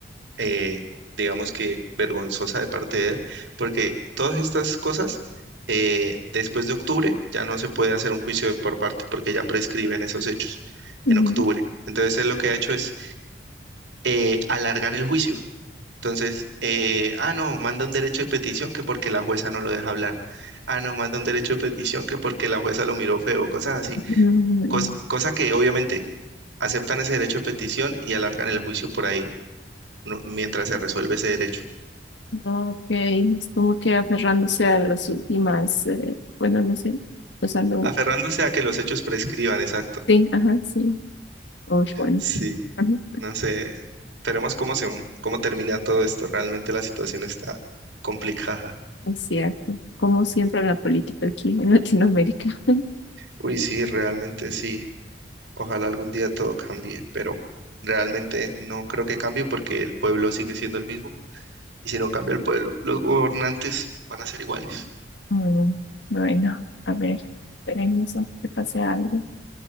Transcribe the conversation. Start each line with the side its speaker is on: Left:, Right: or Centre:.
Right: eh, digamos que vergonzosa de parte de él, porque todas estas cosas, eh, después de octubre, ya no se puede hacer un juicio de- por parte, porque ya prescriben esos hechos
Left: ujú,
Right: en octubre. Entonces, él lo que ha hecho es eh, alargar el juicio. Entonces, eh, ah, no, manda un derecho de petición que porque la jueza no lo deja hablar. Ah, no, manda un derecho de petición que porque la jueza lo miró feo, cosas así.
Left: ujú,
Right: Cos- cosa que obviamente aceptan ese derecho de petición y alargan el juicio por ahí, ¿no? mientras se resuelve ese derecho.
Left: Ok, es como que aferrándose a las últimas, eh, bueno, no sé, usando.
Right: Aferrándose a que los hechos prescriban, exacto.
Left: Sí, ajá, sí. Uy, bueno,
Right: Sí,
Left: ajá,
Right: no sé. Veremos cómo se, cómo termina todo esto. Realmente la situación está complicada.
Left: es cierto. Como siempre la política aquí en Latinoamérica. <laughs>
Right: Uy, sí, realmente sí. Ojalá algún día todo cambie, pero realmente no creo que cambie porque el pueblo sigue siendo el mismo. Y si no cambia el pueblo, los gobernantes van a ser iguales.
Left: Mm, Bueno, a ver, esperemos a que pase algo.